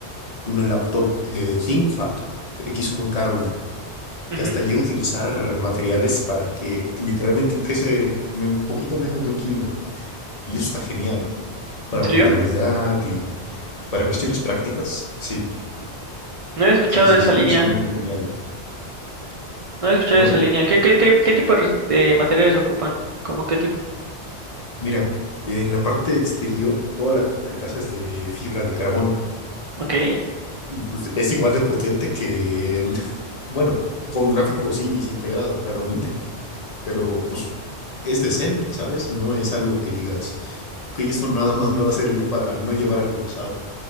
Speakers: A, on the left; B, on the right.
A: una laptop eh, ThinkPad X1 Carbon,
B: Ujú.
A: que hasta llega a utilizar materiales para que literalmente pese me- un poquito menos de un kilo. Y eso está genial para
B: ¿En serio?
A: portabilidad y para cuestiones prácticas. Sí,
B: No he escuchado
A: sí, sí,
B: de esa
A: sí,
B: línea.
A: son geniales,
B: No he escuchado
A: ¿no?
B: esa línea. ¿Qué, qué, qué, qué tipo de res- de materiales ocupan? ¿Cómo qué tipo?
A: Mira, en la parte exterior, toda la carcasa es de fibra de carbono.
B: Ok.
A: Y pues es igual de potente que el, bueno, con gráficos sí, integrado, claramente. pero pues es decente, ¿sabes? No es algo que digas, ok, esto nada más me va a servir para no llevar algo pesado.